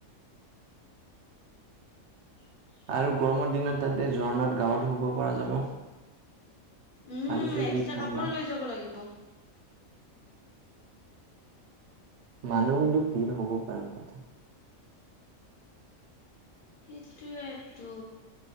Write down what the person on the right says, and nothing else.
আৰু গৰমৰ দিনত তাতে ঝৰ্ণাত গাঁৱত ধুব পৰা যাব
পানীটো
যি ঠাণ্ডা।
মানহ কিন্দু ভিৰ হব পাৰ কথা